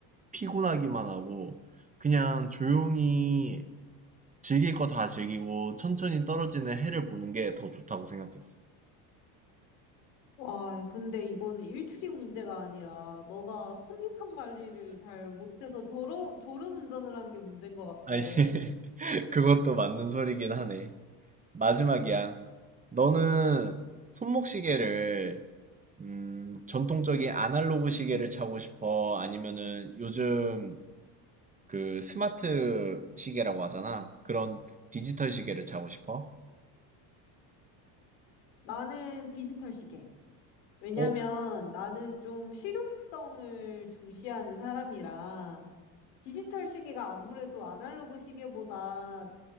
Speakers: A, on the right; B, on the left.
A: 피곤하기만 하고, 그냥 조용히 즐길 거 다 즐기고 천천히 떨어지는 해를 보는 게 더 좋다고 생각했어.
B: 와, 근데 이거는 일출이 문제가 아니라 너가 컨디션 관리를 잘 못해서 졸어, 졸음 운전을 한 게 문제인 것 같은데.
A: 아니, <laughs> 그것도 맞는 소리긴 하네. 마지막이야. 너는 손목시계를, 음, 전통적인 아날로그 시계를 차고 싶어? 아니면은 요즘 그 스마트 시계라고 하잖아. 그런 디지털 시계를 차고 싶어?
B: 나는 디지털 시계. 왜냐면
A: 어?
B: 나는 좀 실용성을 중시하는 사람이라 디지털 시계가 아무래도 아날로그 시계보다